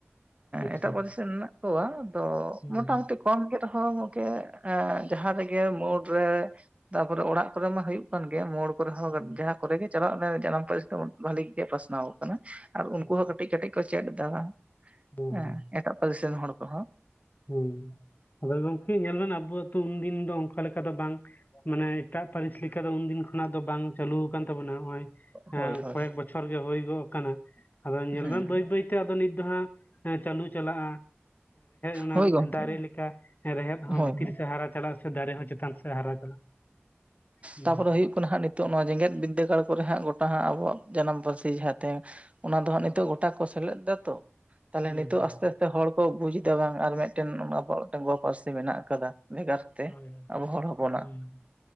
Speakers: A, on the left; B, on the right.
A: ᱟᱪᱪᱷᱟ
B: ᱮᱴᱟᱜ ᱯᱟᱹᱨᱥᱤ ᱨᱮᱱ ᱢᱮᱱᱟᱜ ᱠᱚᱣᱟ ᱛᱚ
A: ᱦᱩᱸ
B: ᱢᱚᱴᱟᱢᱩᱴᱤ ᱠᱚᱢ ᱜᱮ ᱨᱮᱦᱚᱸ ᱜᱚᱝᱠᱮ ᱡᱟᱦᱟᱸ ᱨᱮᱜᱮ ᱢᱳᱲ ᱨᱮ ᱛᱟᱯᱚᱨᱮ ᱚᱲᱟᱜ ᱠᱚᱨᱮ ᱢᱟ ᱦᱳᱭᱳᱜ ᱠᱟᱱ ᱜᱮᱭᱟ ᱢᱳᱲ ᱠᱚᱨᱮ ᱦᱚᱸ
A: ᱦᱩᱸ
B: ᱡᱟᱦᱟᱸ ᱠᱚᱨᱮ ᱜᱮ ᱪᱟᱞᱟᱜ ᱡᱟᱱᱟᱢ ᱯᱟᱹᱨᱤᱥ ᱛᱟᱵᱚᱱ ᱵᱷᱟᱞᱮ ᱜᱮ ᱯᱟᱥᱱᱟᱣ ᱠᱟᱱᱟ ᱟᱨ ᱩᱱᱠᱩ
A: ᱟᱪᱪᱷᱟ
B: ᱦᱚᱸ ᱠᱟᱹᱴᱤᱡ ᱠᱟᱹᱴᱤᱡ <inaudible>
A: ᱦᱩᱸ
B: ᱮᱴᱟᱜ ᱯᱟᱹᱨᱥᱤ ᱨᱮᱱ ᱦᱚᱲ ᱠᱚᱦᱚ
A: ᱦᱩᱸ ᱟᱫᱚ ᱜᱚᱝᱠᱮ ᱧᱮᱞ ᱵᱮᱱ ᱟᱵᱚ ᱟᱹᱛᱩ ᱩᱱᱫᱤᱱ ᱫᱚ ᱚᱱᱠᱟ ᱞᱮᱠᱟ ᱫᱚ ᱵᱟᱝ ᱢᱟᱱᱮ ᱮᱴᱟᱜ ᱯᱟᱹᱨᱤᱥ ᱞᱮᱠᱟ ᱫᱚ ᱩᱱᱫᱤᱱ ᱠᱷᱚᱱᱟᱜ ᱫᱚ ᱵᱟᱝ ᱪᱟᱹᱞᱩ ᱠᱟᱱ ᱛᱟᱵᱚᱱᱟ ᱱᱚᱜ-ᱚᱭ
B: ᱦᱳᱭ ᱦᱳᱭ
A: ᱠᱚᱭᱮᱠ ᱵᱚᱪᱷᱚᱨ ᱜᱮ ᱦᱳᱭ ᱜᱚᱜ ᱠᱟᱱᱟ, ᱟᱫᱚ ᱧᱮᱞ
B: ᱦᱮᱸ
A: ᱢᱮ ᱵᱟᱹᱭ ᱵᱟᱹᱭ ᱛᱮ ᱟᱫᱚ ᱱᱤᱛ ᱫᱚ ᱦᱟᱸᱜ ᱪᱟᱹᱞᱩ ᱪᱟᱞᱟᱜᱼᱟ ᱚᱱᱟ
B: ᱦᱳᱭ ᱜᱚᱝᱠᱮ
A: ᱫᱟᱨᱮ ᱞᱮᱠᱟ ᱨᱮᱦᱮᱫ ᱦᱚᱸ
B: ᱦᱳᱭ
A: ᱵᱷᱤᱛᱤᱨ
B: ᱦᱳᱭ ᱦᱮᱸ
A: ᱥᱮ ᱦᱟᱨᱟ ᱪᱟᱞᱟᱜᱼᱟ ᱥᱮ ᱫᱟᱨᱮ ᱦᱚᱸ ᱪᱮᱛᱟᱱ ᱥᱮᱫ ᱦᱟᱨᱟ ᱪᱟᱞᱟᱜᱼᱟ ᱦᱩᱸ
B: ᱛᱟᱯᱚᱨᱮ ᱦᱩᱭᱩᱜ ᱦᱟᱸᱜ ᱱᱤᱛᱚᱜ ᱱᱚᱣᱟ ᱡᱮᱜᱮᱛ ᱵᱤᱫᱽᱫᱟᱹᱜᱟᱲ ᱠᱚᱨᱮ ᱦᱟᱸᱜ ᱜᱚᱴᱟ ᱦᱟᱸᱜ ᱟᱵᱚᱣᱟᱜ ᱡᱟᱱᱟᱢ ᱯᱟᱹᱨᱥᱤ ᱡᱟᱦᱟᱸ ᱛᱮ ᱚᱱᱟ ᱫᱚ ᱦᱟᱸᱜ ᱱᱤᱛᱚᱜ ᱜᱚᱴᱟ ᱠᱚ ᱥᱮᱞᱮᱫ ᱫᱟ ᱛᱚ ᱛᱟᱦᱞᱮ
A: ᱦᱩᱸ
B: ᱱᱤᱛᱚᱜ
A: ᱦᱩᱸ
B: ᱟᱥᱛᱮ ᱦᱚᱲ ᱠᱚ ᱵᱩᱡᱽ ᱫᱟ ᱵᱟᱝ ᱟᱨ ᱢᱤᱫᱴᱮᱱ ᱟᱵᱚᱣᱟᱜ ᱢᱤᱫᱴᱟᱝ ᱜᱚ ᱯᱟᱹᱨᱥᱤ ᱢᱮᱱᱟᱜ ᱠᱟᱫᱟ ᱵᱷᱮᱜᱟᱨ ᱛᱮ
A: ᱦᱳᱭ
B: ᱟᱵᱚ ᱦᱚᱲ ᱦᱚᱯᱚᱱᱟᱜ
A: ᱦᱳᱭ